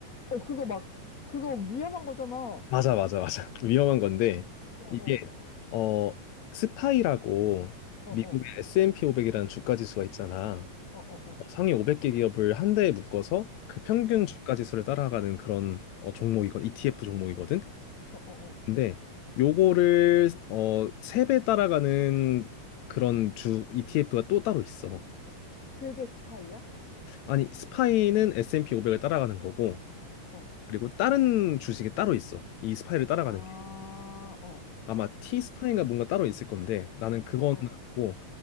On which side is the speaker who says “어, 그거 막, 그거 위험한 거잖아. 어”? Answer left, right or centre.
Left